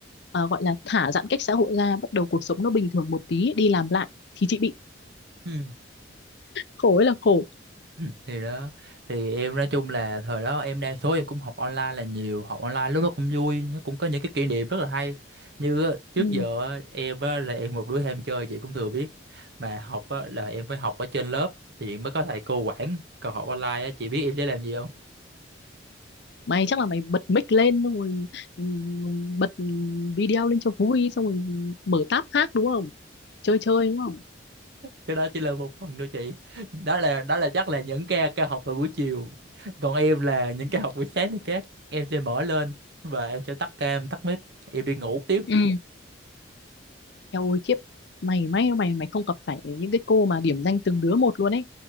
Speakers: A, on the left; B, on the right.
A: ờ, gọi là thả giãn cách xã hội ra bắt đầu cuộc sống nó bình thường một tí đi làm lại thì chị bị
B: ừ
A: khổ ấy là khổ
B: Ừ. thì đó thì em nói chung là thời đó em đa số em cũng học online là nhiều học online lúc đó cũng vui nó cũng có những cái kỷ niệm rất là hay như á, trước
A: ừ.
B: giờ á, em á, là em một đứa ham chơi chị cũng thừa biết mà học á, là em phải học ở trên lớp thì mới có thầy cô quản còn học online á, chị biết em sẽ làm gì
A: mày chắc là mày bật mic lên xong rồi ừ, bật video lên cho vui xong rồi mở tab khác đúng không chơi chơi đúng không
B: cái đó chỉ là một phần thôi chị đó là đó là chắc là những ca ca học vào buổi chiều còn em là những ca học buổi sáng thì các em sẽ mở lên và em sẽ tắt ca em tắt mic em đi ngủ tiếp
A: ừ Eo ôi khiếp mày may mày mày không gặp phải những cái cô mà điểm danh từng đứa một luôn ấy